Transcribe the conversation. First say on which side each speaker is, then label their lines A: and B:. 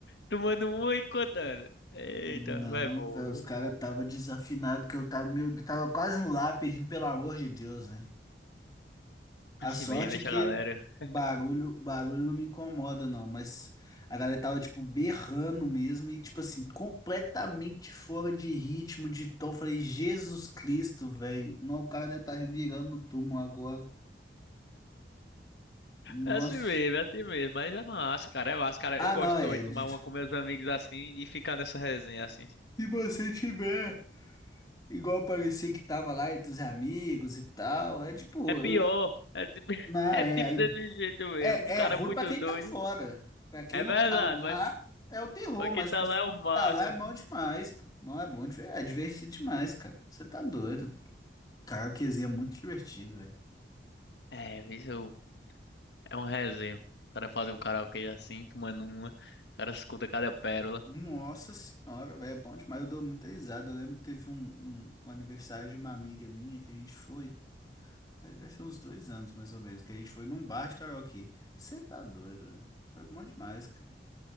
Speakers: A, on the left; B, on the left.
A: Tomando uma e contando. Eita,
B: Não,
A: vai bom,
B: velho,
A: viu?
B: os caras tava desafinado que eu tava, meu, tava quase no lá pedindo pelo amor de Deus, velho. A
A: Assim
B: sorte
A: mesmo, deixa
B: é que
A: a galera. É
B: barulho, barulho não me incomoda, não. Mas a galera tava, tipo, berrando mesmo e, tipo assim, completamente fora de ritmo, de tom. Falei, Jesus Cristo, velho. Não, o cara deve estar virando no túmulo agora. Nossa.
A: assim mesmo, é assim mesmo. Mas é massa, cara. É massa, cara.
B: Ah,
A: Eu gosto
B: não, é.
A: também de
B: de-
A: tomar uma com meus amigos assim e ficar nessa resenha assim.
B: Se você tiver, igual parecia que tava lá entre os amigos e tal, é tipo.
A: É pior.
B: eu-
A: É tipo, <laughs>
B: Não,
A: é
B: é.
A: tipo
B: Aí
A: desse jeito mesmo.
B: É,
A: O cara
B: é ruim
A: é muito
B: pra quem
A: doido.
B: tá fora. Pra quem
A: É
B: não
A: verdade,
B: tá lá,
A: mas,
B: é o terror,
A: mas quem
B: mas
A: tá
B: pra
A: lá
B: você que
A: é o máximo.
B: tá lá é bom demais, pô. Não é bom, de ver- é divertido demais, cara. Você tá doido. Karaokezinho é muito divertido, velho.
A: É, isso é um resenha. O cara fazer um karaokê assim, tomando uma. O cara escuta cada pérola.
B: Nossa senhora, velho, é bom demais. Eu dou muita risada. Eu lembro que teve um, um- um aniversário de uma amiga minha que a gente foi. eh, Deve ser uns dois anos, mais ou menos, que a gente foi num bar de karaokê. Você tá doido, velho. Foi bom demais, cara.